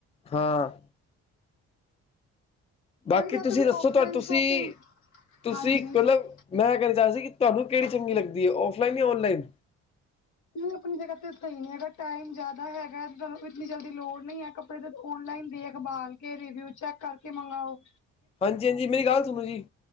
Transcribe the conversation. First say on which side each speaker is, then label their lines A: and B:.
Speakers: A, on the left; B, on the left.
A: ਹਾਂ- ਬਾਕੀ
B: ਅਭੀ ਤੱਕ
A: ਤੁਸੀ ਦੱਸੋ?
B: ਆਫਲਾਈਨ
A: ਤੁਹਾ ਤੁਸੀ-ਤੁਸੀ
B: ਸ਼ਾਪਿੰਗ ਹਾਂਜੀ ਨਹੀਂ
A: ਕਲਰ ਮੈਂ ਕਦੇ ਜੱਜ ਨੀ ਕੀਤਾ। ਤੁਹਾਨੂੰ ਕਿਹੜੀ ਚੰਗੀ ਲੱਗਦੀ ਐ, ਔਫਲਾਈਨ ਜਾਂ ਔਨਲਾਈਨ
B: ਨਈ ਆਪਣੀ ਜਗ੍ਹਾ ਤੇ ਸਹੀ ਨਹੀ ਹੈਗਾ। ਟਾਈਮ ਜ਼ਿਆਦਾ ਹੈਗਾ ਇਤਨੀ ਜਲਦੀ ਦੀ ਲੋੜ ਨਹੀ ਹੈ। ਕੱਪੜੇ ਤੇ ਓਨਲਾਈਨ ਦੇਖਬਾਲ ਕੇ ਰਿਵਿਊ ਚੈਕ ਕਰਕੇ ਮੰਗਵਾਓ
A: ਹਾਂਜੀ-ਹਾਂਜੀ ਮੇਰੀ ਗੱਲ ਸੁਣੋ ਜੀ-